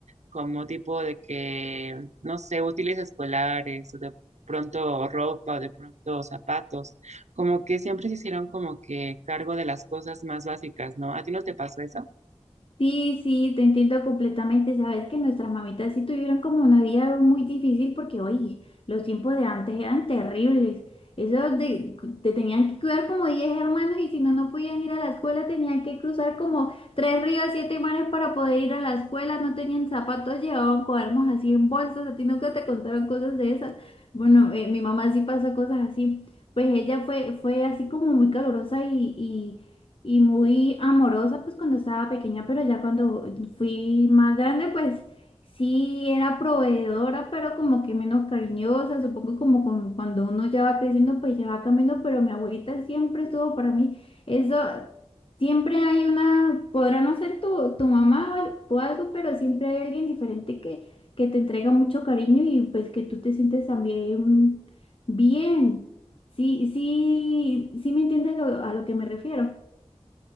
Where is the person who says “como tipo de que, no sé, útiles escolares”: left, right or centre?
Right